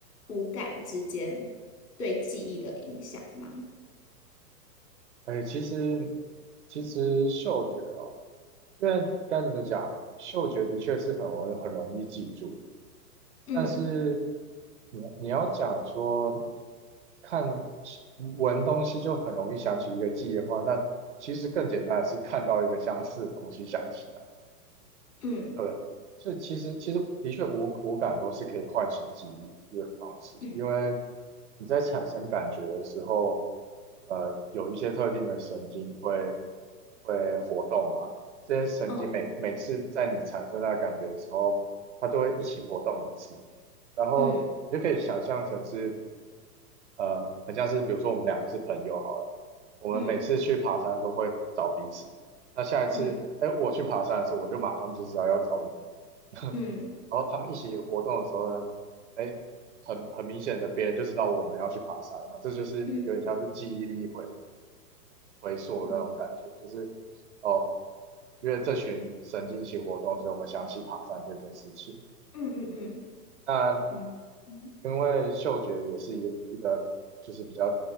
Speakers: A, on the left; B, on the right.
A: 五感之间对记忆的影响吗？
B: 哎，其实其实嗅觉哦，因为该怎么讲，嗅觉的确是很容易很容易记住，
A: 嗯。
B: 但是你你要讲说看闻东西就很容易想起一个记忆的话，那其实更简单的是看到一个相似的东西想起。来。
A: 嗯
B: 对，所以其实其实的确五五感都是可以唤醒记忆的方式，
A: 嗯
B: 因为你在产生感觉的时候，呃，有一些特定的神经会会活动嘛，这些神经每每次在你产生那个感觉的时候，
A: 哦
B: 它都会一起活动一次，然后你就可以想象成是
A: 嗯
B: 呃，很像是比如说我们两个是朋友好了，我们每次去爬山都会找彼此。
A: 嗯
B: 那下一次，
A: 嗯
B: 哎，我去爬山的时候，我就马上就知道要找你。<laughs>
A: 嗯
B: 然后他们一起活动的时候呢，哎，很很明显的，别人就知道我们要去爬山嘛，这就是有点像是记忆力回
A: 嗯
B: 回溯的那种感觉，
A: 嗯
B: 就是哦，因为这群神经一起活动，所以我们想起爬山这件事情。
A: 嗯嗯嗯
B: 那
A: 嗯嗯
B: 因为嗅觉也是一一个就是比较